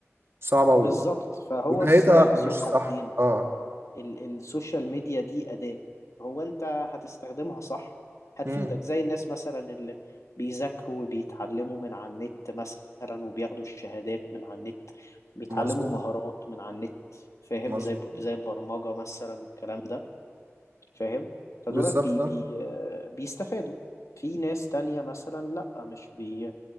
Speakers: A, on the right; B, on the left.
A: صعبة و...
B: بالظبط فهو
A: ونهايتها
B: السلاح ذو
A: مش
B: حدين
A: صح أه
B: ال السوشيال ميديا دي أداة هو انت هتستخدمها صح هتفيدك
A: مم.
B: زي الناس مثلا اللي بيذاكروا وبيتعلموا من على النت مثلا وبياخدوا الشهادات من على النت بيتعلموا
A: مظبوط
B: مهارات من على النت فاهم
A: مظبوط
B: زي زي البرمجة مثلا والكلام ده فاهم فدولت
A: بالظبط
B: بي
A: آه.
B: بي آه، بيستفادوا في ناس تانية مثلا لأ مش بي